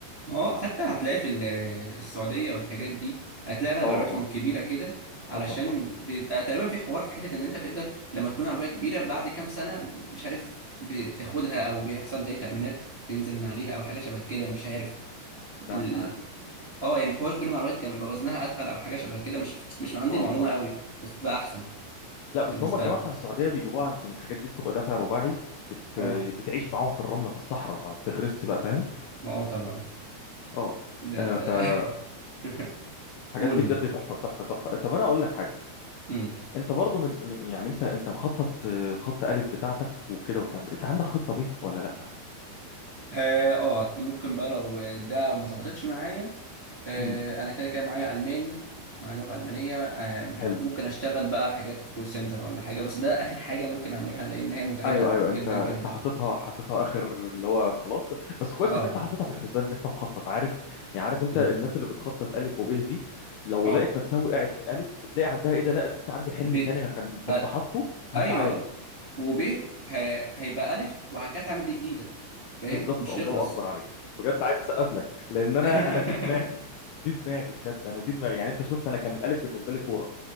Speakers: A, on the right (about 25°); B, on the left (about 75°).
A: ما هو حتى هتلاقي في ال- السعودية والحاجات دي هتلاقي أغلب
B: اه
A: عربياتهم
B: اه
A: الكبيرة كده علشان
B: حصل حصل
A: بيبقى تقريبا في حوار في حتة إن أنت بتقدر لما تكون عربية كبيرة بعد كام سنة مش عارف ب- بتاخدها أو بيحصل زي تأمينات تنزل من عليها أو حاجة شبه كده مش عارف
B: لا
A: ال...
B: مش عارف
A: اه يعني حوار كل ما العربيات كان بيبقى وزنها أتقل أو حاجة شبه كده مش مش عندي
B: اه
A: المعلومة
B: اه
A: قوي بس تبقى أحسن
B: لا بس
A: في المستقبل
B: هم الجماعه بتاع السعوديه بيجيبوها علشان الحاجات دي بتبقى دافع رباعي بت...
A: اه
B: بتعيش معاهم في الرمله في الصحراء ما بتغرسش بقى فاهم
A: ما اه طبعا
B: اه
A: ده
B: آه، فالحاجات
A: <laughs> قول
B: دي بجد
A: لي
B: تحفه تحفه تحفه طب انا اقول لك حاجه
A: مم.
B: انت برضو من من- يعني انت انت مخطط آه، الخط الف بتاعتك وكده والكلام ده انت عندك خطه ب ولا لا
A: اه آه، ممكن بقى لو ده ما ظبطتش معايا آه،
B: امم
A: انا كده كده معايا الماني معايا لغه المانيه آه،
B: حلو
A: ممكن اشتغل بقى حاجات كول سنتر ولا حاجه بس ده اخر حاجه ممكن اعملها لان هي متعبه
B: ايوه ايوه
A: جدا
B: انت انت
A: جدا
B: حاططها حاططها اخر اللي هو خلاص بس كويس
A: اه
B: ان انت حاططها في الحسبان ان انت مخطط عارف يعني عارف انت
A: مم.
B: الناس اللي بتخطط الف وب دي لو
A: اه
B: لقيت نفسها وقعت من الف بتلاقي عندها ايه ده لا لسه عندي حلم
A: ب
B: تاني انا كان كنت
A: ف...
B: حاطه
A: ايوه
B: هسعى له
A: وب ه... هيبقى الف وهكذا هعمل ب جديده فاهم
B: بالظبط
A: فمش
B: الله
A: تخلص
B: اكبر عليك بجد عايز اسقف لك لان انا
A: <laughs>
B: انا دي دماغي دي دماغي بجد انا دي دماغي يعني انت شفت انا كان الالف بالنسبه لي كوره